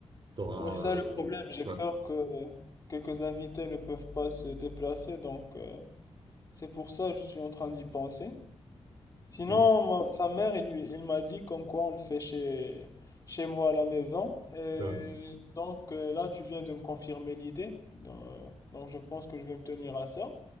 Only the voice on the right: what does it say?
tu auras...
Euh,
ouais.
Mm.
Ouais.